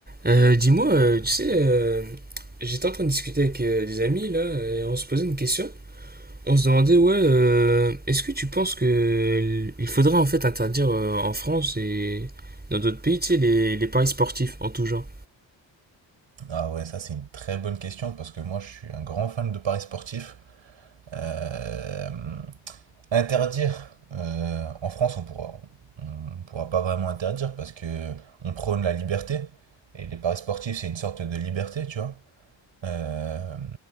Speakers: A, on the right; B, on the right.
A: Euh, dis-moi, euh, tu sais, euh, j'étais en train de discuter avec euh, des amis là, et on se posait une question. On se demandait, ouais, euh, est-ce que tu penses que il faudrait en fait interdire euh, en France et dans d'autres pays, tu sais, les, les paris sportifs en tout genre?
B: Ah ouais, ça c'est une très bonne question parce que moi je suis un grand fan de paris sportifs. Euh, interdire, euh, en France on pourra, on pourra pas vraiment interdire parce que on prône la liberté et les paris sportifs c'est une sorte de liberté, tu vois. Euh,